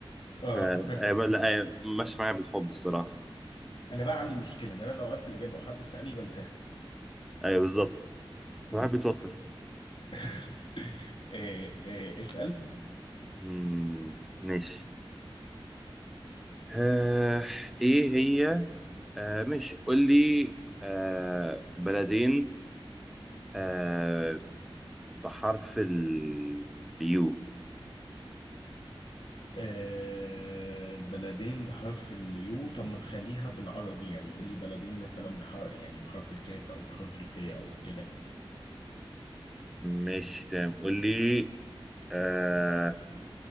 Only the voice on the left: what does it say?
اه
انا بقى عندي مشكلة ان انا لو عارف الاجابة وحد سألني بنساها
مم.
<laughs> إيه إيه اسأل
آه بلدين بحرف اليو طب ما تخليها بالعربي يعني قول لي بلدين مثلا بحرف يعني بحرف الكاف او بحرف الفاء او كده